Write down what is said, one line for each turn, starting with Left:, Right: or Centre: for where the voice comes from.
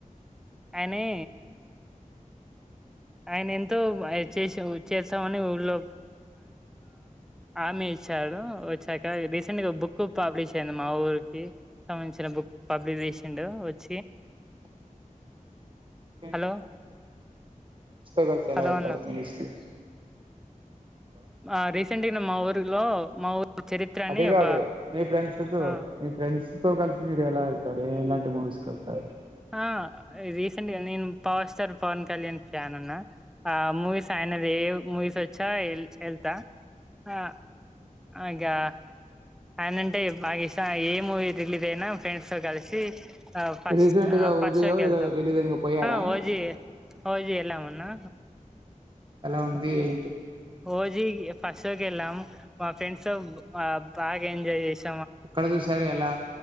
Centre: అయ్ ని ఆయన ఎంతో అయ్ చేసావు చేస్తావ్ అని ఊళ్ళో ఆర్మీ ఇచ్చాడు వచ్చాక రీసెంట్గా బుక్ పబ్లిష్ అయింది మా ఊరు రుకి సంబంధించిన బుక్ పబ్లిష్ చేసిండు వచ్చి
Right: <inaudible>
Centre: హలో
Right: ఇస్తగల్ఫ్ ఎలా
Centre: హలో
Right: ఎల్
Centre: అన్న
Right: తారు ఇంగ్లీష్కి
Centre: ఆ రీసెంట్ మా ఊర్లో మా ఊరు చరిత్ర
Right: అది
Centre: అని
Right: కాదు
Centre: ఒక
Right: మీ ఫ్రెండ్స్ కు
Centre: ఆ
Right: మీ ఫ్రెండ్స్ తో కలిసి మీరు ఎలా వెళ్తారు ఎలాంటి మువిస్ కి వేల్తారు
Centre: ఆ రీసెంట్ గా నేను power star Pawan Kalyan fan అన్నా ఆ మూవీస్ ఆయనది ఏ మూవీస్ వచ్చా వెళ్తా అ ఆ ఇగా ఆయన అంటే బాగా ఇష్టం ఏ మూవీ రిలీజ్ అయినా ఫ్రెండ్స్ తో కలిసి అ ఫస్ట్
Right: రీసెంట్
Centre: ఆ
Right: గా
Centre: ఫస్ట్
Right: ఉదయో
Centre: షో కేళ్తాం
Right: ఏదో రిలీజ్ అయింది కదా, పోయారా
Centre: ఆ హోజీ హోజీ ఎలా మ అన్నా
Right: ఎలా ఉంది ఏంటి
Centre: ఓజీ కి ఫస్ట్ షో కి వేళ్ళాం మ్ మా ఫ్రెండ్స్ అ బాగా ఎంజాయ్ చేసి
Right: ఎక్కడ చూశారు ఎలా